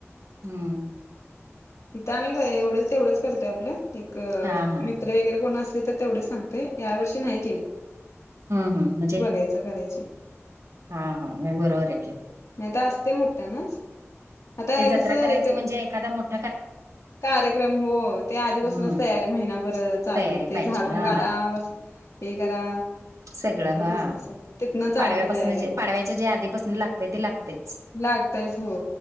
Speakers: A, on the right; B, on the left.
A: हम्म
B: इथं आम्ही काय एवढच तेवढंच करतोय आपलं, एकं
A: हां, हां.
B: मित वगैरे कोण असली तर तेवढीच सांगतोय,, या वर्षी नाही केली.
A: हम्म हम्म म्हणजे
B: त्याचं करायची.
A: हा हा, नाही बरोबर आहे की.
B: नाही तर असतय मोठ्ठ्यानच,, आता
A: ते जत्रा
B: कसं
A: करायचं
B: इथे
A: म्हणजे एखादा मोठ
B: कार्यक्रम हो, ते आधीपासनच
A: हं.
B: तयारी महिनाभर चालू,
A: तयारी
B: ते
A: पाहिजे.
B: झाडून
A: हां.
B: काडा हे करा.
A: सगळं हा,,
B: असते सग तिथनं
A: पाडव्यापासनं
B: चालू तयारी
A: जे, पाडव्याच्या जे आधीपासनं लागतय ते लागतयच.
B: लागतयच हो.